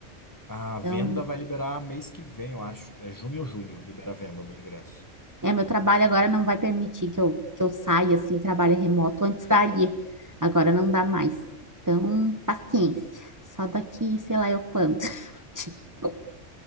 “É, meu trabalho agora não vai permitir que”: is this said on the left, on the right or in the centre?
Right